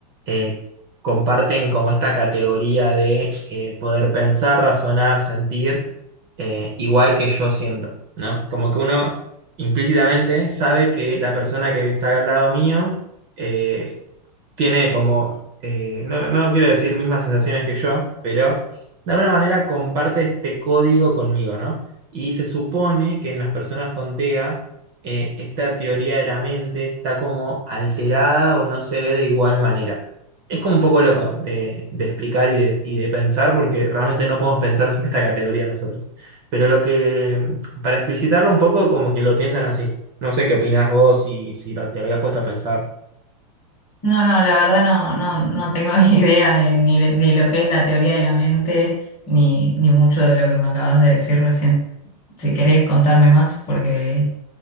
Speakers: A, on the right; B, on the left.
A: eh, comparten como esta categoría de eh, poder pensar, razonar, sentir, eh, igual que yo siento, ¿no? Como que uno implícitamente sabe que la persona que está al lado mío eh, tiene como, eh, no, no quiero decir mismas sensaciones que yo, pero de alguna manera comparte este código conmigo, ¿no? Y se supone que en las personas con TEA, eh, esta teoría de la mente está como alterada o no se ve de igual manera. Es como un poco loco de, de explicar y de, y de pensar, porque realmente no podemos pensar sin esta categoría nosotros. Pero lo que, para explicitarlo un poco, como que lo piensan así. No sé qué opinás vos, si, si lo- te lo habías puesto a pensar.
B: No, no, la verdad no, no, no tengo <laughs> idea de, ni de, de lo que es la teoría de la mente, ni, ni mucho de lo que me acabas de decir recién. Si querés contarme más, porque